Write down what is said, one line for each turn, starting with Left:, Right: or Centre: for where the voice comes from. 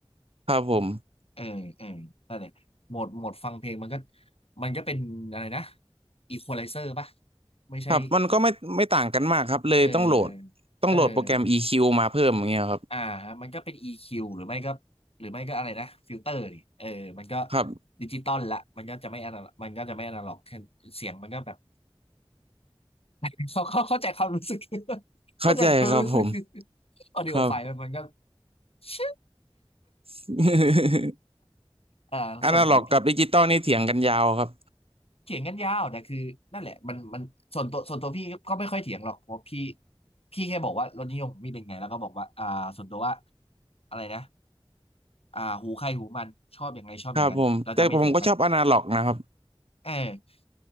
Right: ครับผม
Left: เออเออนั่นแหละโหมดโหมดฟังเพลงมันก็มันก็เป็นอะไรนะอีควอไลเซอร์ปะไม่ใช่
Right: ครับมันก็ไม่ไม่ต่างกันมากครับเลยต้องโหลด
Left: เออเออ
Right: ต้องโหลดโปรแกรม EQ มาเพิ่มอย่างเงี้ยครับ
Left: อ่ามันก็เป็น EQ หรือไม่ก็หรือไม่ก็อะไรนะฟิลเตอร์ดิเออมันก็
Right: ครับ
Left: ดิจิตอลละมันก็จะไม่อนาล็อกมันก็จะไม่อนาล็อกเสียงมันก็แบบ <laughs> เขาเขาเข้าใจความรู้สึก <laughs>
Right: เข้าใจครับผม
Left: เข้าใจความรู้สึกออดิโอไฟล์มันมันก็
Right: ครับ
Left: <laughs> ชึบ
Right: <laughs>
Left: อ่าส่วนหูพี่
Right: อนาล็อกกับดิจิตอลนี่เถียงกันยาวครับ
Left: เถียงกันยาวแต่คือนั่นแหละมันมันส่วนตัวส่วนตัวพี่ก็ไม่ค่อยเถียงหรอกเพราะพี่พี่แค่บอกว่ารสนิยมของพี่เป็นไงแล้วก็บอกว่าอ่าส่วนตัวว่าอะไรนะอ่าหูใครหูมันชอบอย่างไงชอบอย่างนั้นเราจะไม่เถียงกัน
Right: ครับผมแต่ผมก็ชอบอนาล็อกนะครับ
Left: เออ